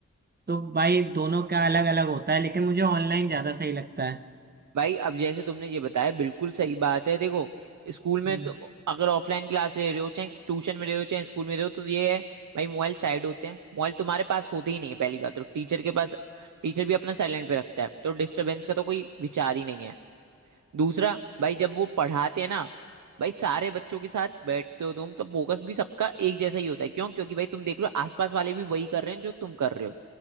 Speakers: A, on the right; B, on the right.
A: तो भाई दोनों का अलग अलग होता है लेकिन मुझे ऑनलाइन ज्यादा सही लगता है
B: भाई अब जैसे तुमने ये बताया बिल्कुल सही बात है देखो स्कूल में
A: हम्म,
B: तो अगर ऑफलाइन क्लास ले रहे हो चाहे ट्यूशन में रहे हो चाहे स्कूल में रहे हो तो ये है भाई मोबाइल साइड होते हैं मोबाइल तुम्हारे पास होते ही नहीं है पहली बात तो टीचर के पास टीचर भी अपना साइलेंट पे रखता है तो डिस्टरबेंस का तो कोई विचार ही नहीं है दूसरा भाई जब वो पढ़ाते हैं ना भाई सारे बच्चों के साथ बैठते हो तुम तो फोकस भी सबका एक जैसा ही होता है क्यों क्योंकि भाई तुम देख रहे हो आसपास वाले भी वही कर रहे हैं जो तुम कर रहे हो